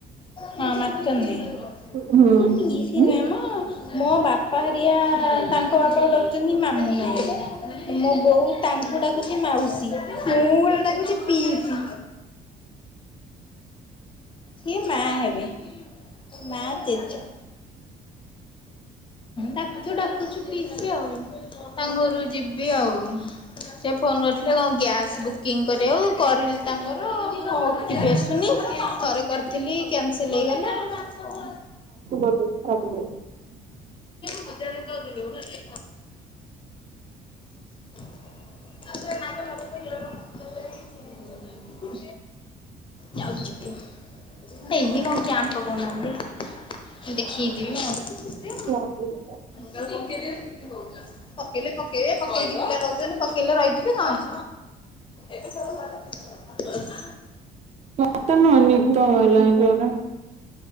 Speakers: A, on the left (about 30°); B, on the right (about 40°).
A: ହଁ ମାଚନ୍ଦି <unintelligible>
B: ହୁଁ।
A: କି ନୁହେଁ
B: ହୁଁ
A: ମ ମୋ ବାପା ହାରିଆ ତାଙ୍କ ବାପାକୁ ଡାକ୍ ଛନ୍ତି ମାମୁଁ ମାଇଁ। ମୋ ବୋଉ ତାଙ୍କୁ ଡାକୁଛି ମାଉସୀ ମୁଁ ଗୋଟେ ଡାକୁଛି ପିଇସି। ସିଏ ମା ହେବେ ମା ଜେଜ। ଡାକୁଛୁ ଡାକୁଛୁ ପିସି ଆଉ। ତାଙ୍କ ଘରୁ ଯିବି ଆଉ ସେ ଫୋନ୍ କରିଥିଲେ କଂ? ଗ୍ୟାସ୍ ବୁକିଂ କରିବାଉ କରିଲି ତାଙ୍କର ହଉଟିବି ଆସୁନି ଥରେ କର୍ ଥିଲି କ୍ୟାନସେଲ୍ ହେଇଗଲା।
B: <unintelligible>
A: ହଜାର ଟ ଦେଦବୁ ନାକି <unintelligible> <unintelligible> ଯାଉଚିକି। ଏ ଇଏ କଣ କ୍ୟାମ୍ପ୍ ପକ‌ଉନନ୍ତି ମୁଦେଖି ଜିବି <unintelligible>
B: <unintelligible>
A: ତାକୁ ପକେଦେ <unintelligible> ପକେଇଲେ ପକେଇବେ ପକେଇକି ପିଲା ରହୁଛନ୍ ପକେଇଲେ ରହିଯିବେ କଂ। ଏତେ ସବୁ ଘରେ
B: ମତେନୁଏ ନିଦ‌ ମାଇଲାଇଁ ଜୋରେ।